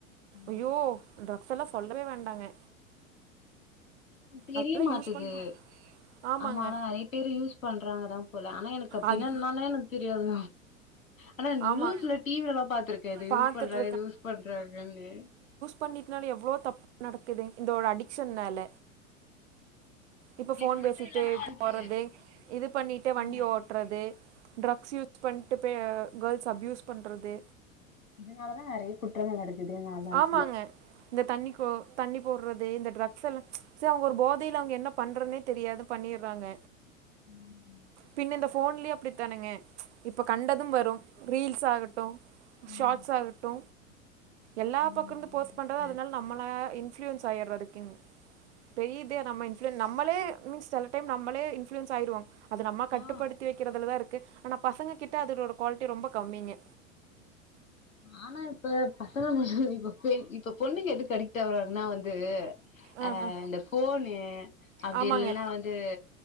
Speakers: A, on the right; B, on the left.
A: ஐயோ
B: ம்
A: ட்ரக்ஸ் எல்லா சொல்லவே வேண்டாங்க
B: தெரிய
A: அதெல்லாம்
B: மாட்டுது
A: யூஸ் பண்ண ஆமாங்க.
B: ஆமா ஆனா நெறைய பேரு யூஸ் பண்றாங்கதா போல ஆனா எனக் அப்படின்னா
A: அது
B: என்னானே எனக் தெரியாது ஆனா நியூஸ்ல
A: ஆமா.
B: டி வில எல்லா பாத்துருக்கே இத
A: பாத்துட்டு
B: யூஸ் பண்றாங்க இது யூஸ் பண்றாங்கன்னு
A: பண்ணிட்னால எவ்ளோ தப்பு நடக்குது இந்தோட அடிக்ஷன்னால இப்ப போன்
B: இது மட்டு
A: பேசிட்டே
B: இல்லன்னா வந்து
A: போறது இது பண்ணிட்டே வண்டி
B: ஆமா
A: ஓட்றது ட்ரக்ஸ் யூஸ் பண்ட்டு பே கேர்ள்ஸ அப்யூஸ் பண்றது
B: இதனாலதா நெறைய குற்றங்கள் நடக்குது நா நாட்டுல
A: ஆமாங்க இந்த தண்ணி கோ தண்ணி போட்றது இந்த டிரக்ஸ் எல்லா சரி அவங்க ஒரு போதையில அவங்க என்ன பண்றன்னே தெரியாது பண்ணிறாங்க
B: ம்
A: பின் இந்த போன்லே அப்டி தானுங்க இப்ப கண்டதும் வரும் ரீல்ஸ் ஆகட்டும்
B: ம்.
A: ஷார்ட்ஸ ஆகட்டு எல்லா
B: ஆமா,
A: பக்கோ இருந்து
B: ஆமா
A: போஸ்ட்
B: சிஸ்டர்.
A: பண்றது அதனால நம்மளா இன்ஃப்ளூயன்ஸ் ஆயிறது அதுக்குங்க பெரிய இதே நம்ம இன்ஃப்ளூயன் நம்மளே மீன்ஸ் செல டைம் நம்மளே இன்ஃப்ளூயன்ஸ் ஆயிருவோ அது நம்ம கட்டுப்படுத்தி
B: ஆ
A: வைக்கிறதுலதா இருக்கு ஆனா பசங்க கிட்ட அதோட குவாலிட்டி ரொம்ப கம்மிங்க
B: ஆனா இப்ப பசங்க மொத இப்ப பெண் இப்ப பொண்ணுங்க எதுக் அடிக்ட் ஆவ்ராங்கன்னா வந்து
A: ஆ
B: அ
A: ஆ
B: இந்த போஃனு அப்டி
A: ஆமாங்க
B: இல்லனா வந்து